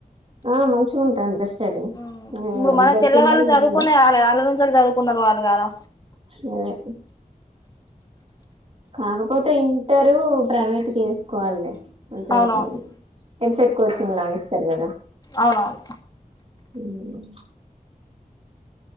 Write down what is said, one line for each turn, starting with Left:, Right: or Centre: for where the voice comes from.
Right: ఆ మంచిగా ఉంటుంది రా స్టడి
Left: ఉమ్
Right: ఇ
Left: ఇప్పుడు మన
Right: ఇద్దరు
Left: చెల్ల
Right: పిల్లల్ని
Left: వాళ్ళు చదువుకునే
Right: అందులో
Left: రాలేదు వాళ్ళ నుంచి వాళ్ళు చదువుకున్నారు వాళ్ళు కదా
Right: గదే కాకపోతే ఇంటరు ప్రైవేట్ గా వేసుకోవాలి కొంచెం
Left: అవునవును
Right: ఎంసేట్ కోచింగ్ లాగిస్తారు కదా
Left: అవునవును
Right: హ్మ్